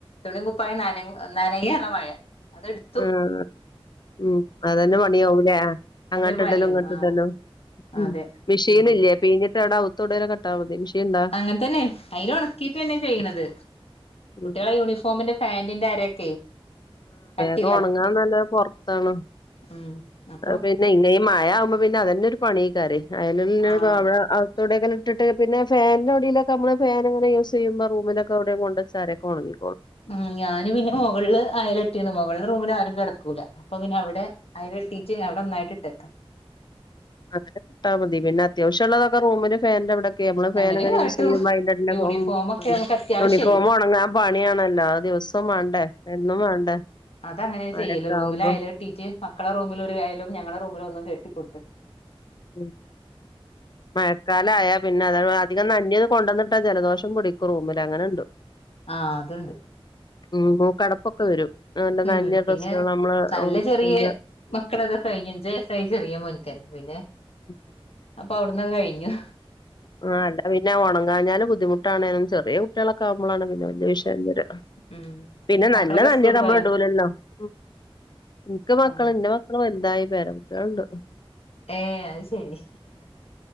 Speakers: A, on the left; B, on the left.
A: തുണിം കുപ്പായും നന നനയ്യാണ് മയ അത്ട്ത്തു
B: ആഹ് ഉം അതന്നെ പണിയാവൂലേ
A: ഇന്നതൊരു
B: അങ്ങട്ടിടലും
A: പണിയായിരുന്നു
B: ഇങ്ങട്ടിടലും
A: ആഹ്
B: ഉം
A: അതെ
B: മിഷീനില്ലേ
A: ഉം
B: പിയിഞ്ഞിട്ടവ്ടവുത്ത് അവ്ത്തേടെലൊക്ക്ട്ടാ മതി മിഷീന്ണ്ടാ
A: അങ്ങന് തന്നെ അയിലൊണക്കീട്ടെന്നെ ചെയ്യ്ണത്
B: ഉം
A: കുട്ട്യാളെ യൂണിഫോമിന്റെ പാന്റിന്റരക്കെയ് കട്ടി
B: ഇത് ഒണങ്ങാൻ നല്ലത് പൊറത്താണ്
A: ഉം അപ്പൊ
B: പിന്നെ യില്ലേ ഈ മഴയാകുമ്പൊ പിന്നെ അതെന്നൊരു പണിയ്ക്കാരെയ് അയ്ലിന്റൊക്കവ്ടെ
A: ആഹ്
B: ആഹ് യൊവ്ടെങ്കിലുട്ട്ട്ട് പിന്നെ ഫെനിന്റെടിലൊക്കെ നമ്മള് ഫെനങ്ങനെ യൂസെയ്യുമ്പൊ റൂമിലൊക്കെവ്ടെം കൊണ്ടെച്ചാ അരെക്കൊണങ്ങി
A: ആഹ് ഞാന് പിന്നെ മുകള്ല് അയലെട്ടിണ് മുകളിലെ റൂമിലാരും കെടക്കൂല അപ്പൊ പ്പിന്ന അവിടെ അയലെട്ടീട്ട് അവിടൊന്നായിട്ട് ട്ടേക്കാ
B: അങ്ങനെക്ക്ട്ടാമതി പിന്നത്യാവശ്യള്ളതൊക്കെ റൂമില് ഫെനിന്റെവ്ടെ നമ്മള് ഫേനങ്ങനെ
A: അങ്ങനെ
B: യൂസെയ്യുമ്പൊ
A: കാട്ടും
B: അതിന്റെടിലൊക്കും
A: യൂണിഫോമൊക്കെ
B: മാണ്ടേ
A: നമുക്ക് അത്യാവശ്യല്ലേ
B: യൂണിഫോമൊണങ്ങാൻ പണിയാണല്ലോ ദിവസം വേണ്ടേ എന്നും വേണ്ടേ
A: അതങ്ങനെയാ
B: മഴയൊക്കെ
A: ചെയ്യല് റൂമിലയ്ലെട്ടീട്ട്
B: ആവുമ്പോ
A: മക്കളെ റൂമിലൊരയലും ഞങ്ങളെ റൂമിലൊന്നും കെട്ടിക്കൊട്ത്തക്ക
B: ഉം മഴ മഴക്കാലായാ പിന്നെ അതാ അധികം ന്നനഞ്ഞത് കൊണ്ടന്ന്ട്ടാ ജലദോഷം പിടിക്കും റൂമില് അങ്ങന്ണ്ട്
A: ആഹ് അത്ണ്ട്
B: ഉം മൂക്കടപ്പൊക്കെ വരും അതോണ്ട് ന്നഞ്ഞ
A: ഉം
B: ഡ്രസ്സുകൾ
A: പിന്നെ
B: നമ്മള്
A: നല്ല ചെറിയ
B: <unintelligible>
A: മക്കളതൊക്കെ കയ്ഞ്ഞു അഞ്ചയ്സ്സായി ചെറിയ മോന്ക്കെന്നെ പിന്നെ
B: ഉം
A: അപ്പൊ അവ്ട്ന്നൊക്കെ കയ്ഞ്ഞു
B: ആഹ് അല്ല പിന്നെ ഒണങ്ങാഞ്ഞാലും ബുദ്ധിമുട്ടാണെനും ചെറിയ കു കുട്ട്യാളൊക്കാകുമ്പൊളാണ് പിന്നെ വലിയ വിഷയം വെര
A: ഉം
B: പിന്നെ നല്ല
A: മക്കളൊക്കെ സ്കൂളി
B: നെഞത് നമ്മള്
A: പോയാ
B: ഇടൂലല്ലോ ഉം ഇന്ക്ക് മക്കള്
A: ആഹ്
B: ഇന്റെ മക്കള് മക്കള് വല്തായി പേരക്കുട്ട്യാള്ണ്ട്
A: ഏഹ് അഹ് ശെരി